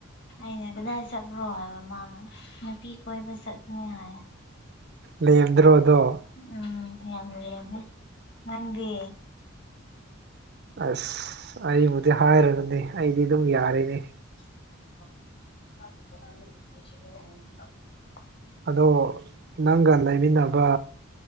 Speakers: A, on the left; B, on the right.
A: ꯑꯩꯅ ꯀꯗꯥꯏ ꯆꯠꯕ꯭ꯔꯣ ꯍꯥꯏꯕ ꯃꯥꯅ ꯅꯨꯄꯤ ꯀꯣꯏꯕ ꯆꯠ <unintelligible>
B: ꯂꯦꯝꯗ꯭ꯔꯣꯗꯣ
A: ꯑ ꯌꯥꯝ ꯂꯦꯝꯃꯦ ꯅꯪꯗꯤ
B: ꯑꯁ ꯑꯩꯕꯨꯗꯤ ꯍꯥꯏꯔꯕꯅꯦ ꯑꯩꯗꯤ ꯑꯗꯨꯝ ꯌꯥꯔꯦꯅꯦ
A: <unintelligible>
B: ꯑꯗꯣ ꯅꯪꯒ ꯂꯩꯃꯤꯟꯅꯕ